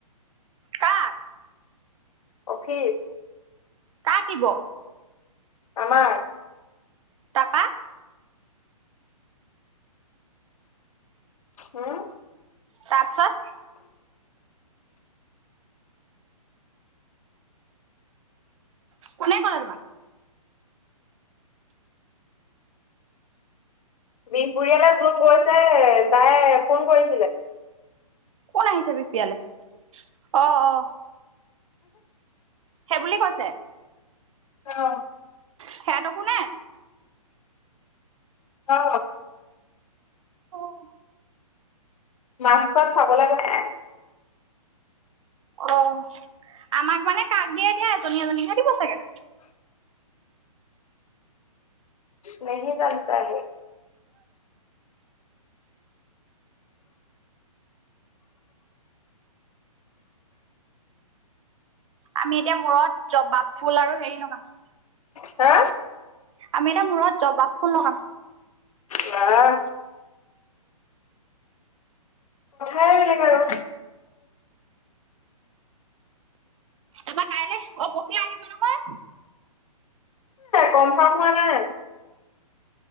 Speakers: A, on the right; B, on the left.
A: কাৰ?
B: অফিচ।
A: কাক দিব?
B: আমাক।
A: তাৰপা
B: উম
A: তাৰপিছত কোনে কলেৰ বা?
B: বিহপৰিয়ালে যোন গৈছে তাই ফোন কৰিছিলে।
A: কোন আহিছে বিপিয়লে? অ-অ। সেইবুলি কৈছে
B: অ
A: সেহেতকো নে?
B: অ।
A: অহ।
B: মাছ পাত চাবলে গৈছে।
A: অ, আমাক মানে কাক দিয়ে দিয়া, এজনী এজনীকে দিব চাগে।
B: নেহি যানতা হে।
A: আমি এতিয়া মূৰত জবাপ ফুল আৰু হেৰি লগাম।
B: হা
A: আমি এটা মূৰত বজাব ফুল লগাম।
B: বাহ <unintelligible>
A: তাপা কাইলৈ অ পখিয়ে আহিব নহয়।
B: কমফাৰ্ম হোৱা নাই।